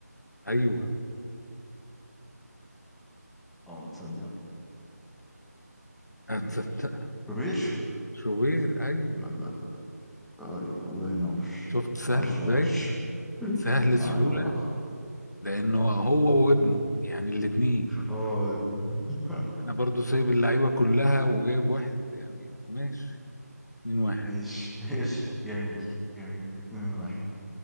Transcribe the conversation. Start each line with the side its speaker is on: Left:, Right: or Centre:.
Left: ايوه
Centre: اه تصدق
Left: هتصدق
Centre: كبير
Left: شوبير ايوه
Centre: لا طيب الله ينور
Left: شفت سهل
Centre: عشرة
Left: ازاي
Centre: عشرة <laughs>
Left: سهل سهولة
Centre: آه الله
Left: لأنه
Centre: الله
Left: هو وابنه يعني الاتنين
Centre: هو <laughs>
Left: انا برضو سايب اللعيبه كلها وجايب واحد يعني ماشي اتنين واحد
Centre: ماشي ماشي
Left: يلا
Centre: جميل جميل اتنين واحد